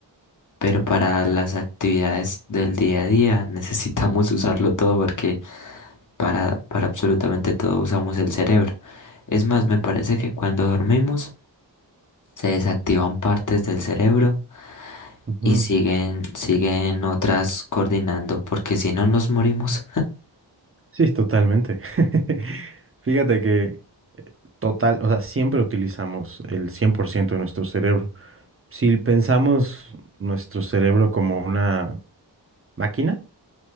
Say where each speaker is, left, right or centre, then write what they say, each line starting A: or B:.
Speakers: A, on the left (about 45°); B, on the right (about 30°).
A: pero para las actividades del día a día necesitamos <laughs> usarlo todo porque para, para absolutamente todo usamos el cerebro. Es más, me parece que cuando dormimos se desactivan partes del cerebro
B: ujú.
A: y siguen, siguen otras coordinando porque si no nos morimos.
B: Sí, totalmente. <laughs> Fíjate que Total, o sea, siempre utilizamos el 100% de nuestro cerebro. Si pensamos nuestro cerebro como una máquina,